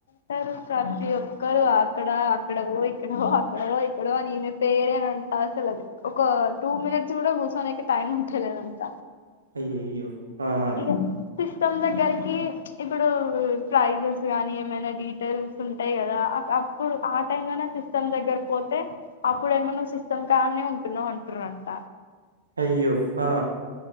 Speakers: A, on the left; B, on the right.
A: ఇస్తారు ప్రతి ఒక్కరూ అక్కడ అక్కడవో ఇక్కడవో అక్కడవో ఇక్కడవో ఈమే పేరం అసలు ఒక టూ మినిట్స్ కూడా కూర్చోడానికి టైమ్ ఉంటలేదంట
B: అయ్యయ్యో ఆహా!
A: ఇగ సిస్టమ్ దగ్గరికి ఇప్పుడు ప్రైజెస్ గానీ ఏమైనా డీటెయిల్స్ ఉంటాయి కదా ఇప్పుడు ఆ టైం లోనే సిస్టమ్ దగ్గరకి పోతే అప్పుడేమో నువు సిస్టం కానే ఉంటున్నావు అంటురంట
B: అయ్యో ఆ